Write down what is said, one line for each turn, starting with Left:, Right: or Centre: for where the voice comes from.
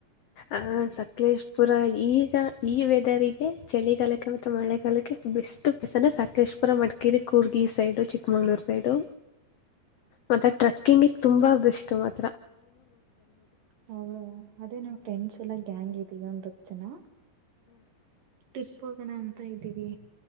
Left: ಆ
Right: ಹಾಗೆ
Left: ಸಕ್ಲೇಶ್ಪುರ ಈಗ ಈ ವೆದರ್ಗೆ ಚಳಿಗಾಲಕ್ಕೆ ಮತ್ತೆ ಮಳೆಗಾಲಕ್ಕೆ ಬೆಸ್ಟು ಪ್ಲೇಸ್ ಅಂದ್ರೆ ಸಕಲೇಶ್ಪುರ ಮಡಿಕೇರಿ ಕೂರ್ಗ್ ಈ ಸೈಡು ಚಿಕ್ಕಮಂಗ್ಳೂರ್
Right: ಹಾ
Left: ಸೈಡು ಮತ್ತೆ ಟ್ರೆಕ್ಕಿಂಗ್ಗೆ ತುಂಬಾ ಬೆಸ್ಟ್ ಮತ್
Right: ಹೌದ ಅದೇನು ಫ್ರೆಂಡ್ಸ್ ಎಲ್ಲ ಗ್ಯಾಂಗ್ ಇದೀವಿ ಹತ್ ಜನ ಟಿಸ್ಟ್ ಹೋಗೋಣ ಅಂತ ಇದ್ದೀವಿ